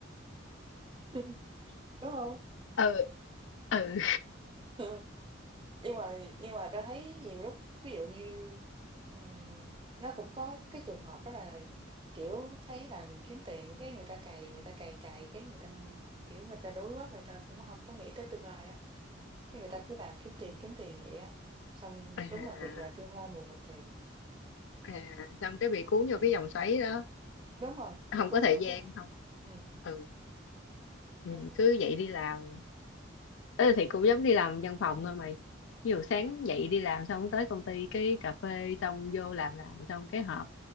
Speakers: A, on the right; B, on the left.
A: <laughs> đúng không
B: ừ ừ
A: <laughs> nhưng mà nhưng mà ta thấy nhiều lúc ví dụ như, ừm, nó cũng có cái trường hợp đó là, kiểu, thấy là mình kiếm tiền cái người ta cày, người ta cày cày cái người ta, m- kiểu, người ta đuối quá, người ta cũng không có nghĩ tới tương lai á, cái người ta cứ làm kiếm tiền, kiếm tiền vậy á. Xong
B: à,
A: đúng là thiệt là tương lai mù mịt thiệt.
B: à xong cái bị cuốn vô cái vòng xoáy đó
A: Đúng rồi,
B: không
A: bị cuốn
B: có thời
A: vô
B: gian
A: cái vòng
B: không
A: ừm,
B: ừ, ừ
A: ừm.
B: cứ vậy đi làm Ê, thì cũng giống đi làm văn phòng thôi mày ví dụ sáng dậy đi làm xong tới công ty cái cà phê xong vô làm làm xong cái họp